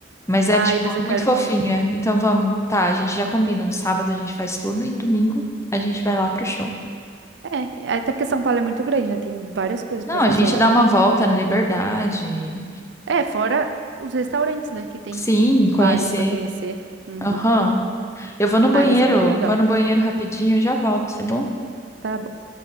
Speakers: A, on the left (about 15°); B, on the right (about 65°).
A: Mas
B: Ai,
A: é, tipo,
B: mas eu
A: muito
B: quero
A: fofinha.
B: muito.
A: Então vamos. Tá, a gente já combina. No sábado a gente faz tudo e domingo a gente vai lá pro show.
B: É, até porque São Paulo é muito grande, né? Tem várias coisas
A: Não,
B: pra
A: a
B: fazer
A: gente
B: lá.
A: dá uma volta na Liberdade.
B: É, fora os restaurantes, né? Que tem
A: Sim, conhecer.
B: vários pra conhecer. Uhum.
A: Aham. Eu vou no banheiro.
B: Ai, vai ser muito legal.
A: Vou no banheiro rapidinho e já volto, tá bom?
B: Tá bom.